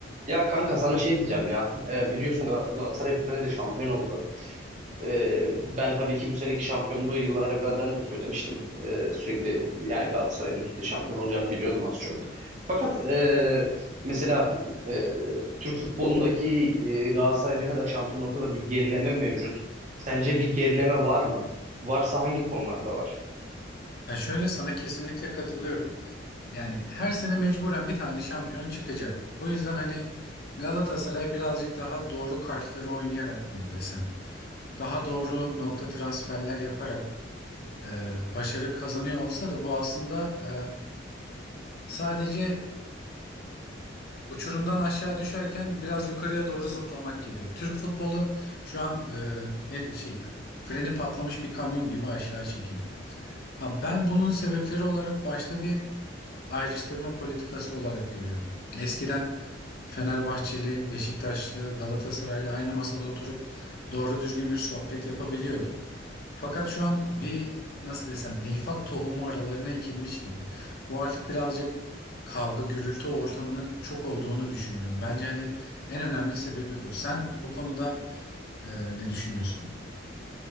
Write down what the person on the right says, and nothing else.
Ya kanka sana şey diyeceğim ya. Ee, biliyorsun Gal- Galatasaray bu sene de şampiyon oldu. Ee, ben tabii ki bu seneki şampiyonluğu yıllar evvelden de söylemiştim. Ee, sürekli yani Galatasaray'ın üst üste şampiyon olacağını biliyordum az çok. Fakat e, mesela e, Türk futbolundaki e, Galatasaray ne kadar şampiyon olsa da bir gerileme mevcut. Sence bir gerileme var mı? Varsa hangi konularda var?